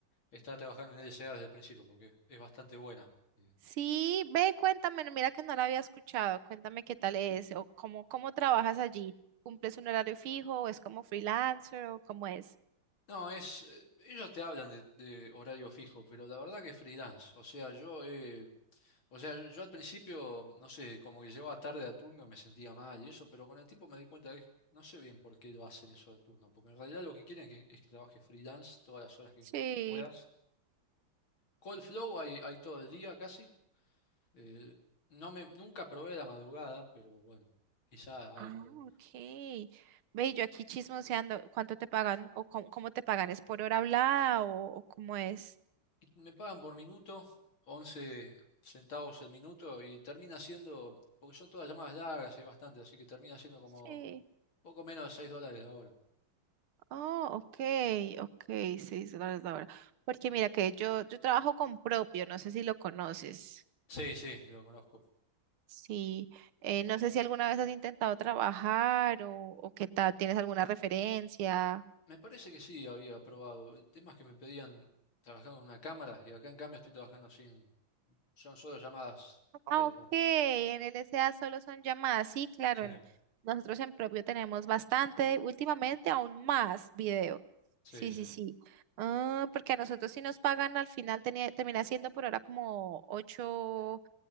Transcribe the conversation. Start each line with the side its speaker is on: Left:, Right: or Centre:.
Left: estar trabajando en LSA desde el principio, porque es bastante buena. Eh,
Right: Sí, ve, cuéntame, no, mira que no la había escuchado, cuéntame qué tal es, o cómo, cómo trabajas allí, ¿cumples un horario fijo o es como freelancer o cómo es?
Left: No, es, eh, ellos te hablan de, de horario fijo, pero la verdad que freelance. O sea, yo he O sea, yo al principio, no sé, como que llegaba tarde a turno y me sentía mal y eso, pero con el tiempo me di cuenta de que no sé bien por qué lo hacen eso de turno, porque en realidad lo que quieren es que, es que trabajes freelance todas las horas que
Right: Sí,
Left: puedas. Cold flow hay, hay todo el día casi. Eh, no me, nunca probé la madrugada, pero bueno, quizá
Right: Ah,
Left: hay todo.
Right: ok. Ve, yo aquí chismoseando, ¿cuánto te pagan o cómo, cómo te pagan? ¿Es por hora hablada o, o cómo es?
Left: Y me pagan por minuto, 11 centavos el minuto, y termina siendo, porque son todas llamadas largas y bastante, así que termina siendo como
Right: sí.
Left: poco menos de 6 dólares la hora.
Right: Oh, ok, ok, seis dólares la hora. Porque mira que yo, yo trabajo con propio, no sé si lo conoces.
Left: Sí, sí, lo conozco.
Right: Sí, eh, no sé si alguna vez has intentado trabajar o, o qué tal, ¿tienes alguna referencia?
Left: Me parece que sí había probado. temas que me pedían trabajando con una cámara y acá en cambio estoy trabajando sin... Son solo llamadas
Right: Ah,
Left: telefónicas.
Right: ok, en el S A solo son llamadas, sí, claro,
Left: Sí,
Right: en- nosotros en propio tenemos bastante, últimamente aún más video.
Left: sí,
Right: Sí,
Left: sí,
Right: sí, sí. Ah, porque a nosotros si nos pagan al final tenía- termina siendo por ahora como 8.